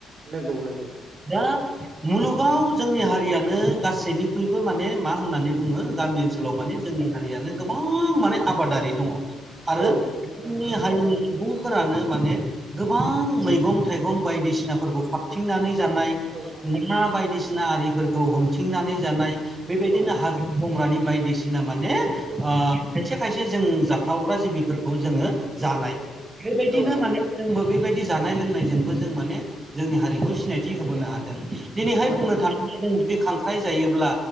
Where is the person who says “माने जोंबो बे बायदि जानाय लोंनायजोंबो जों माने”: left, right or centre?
Right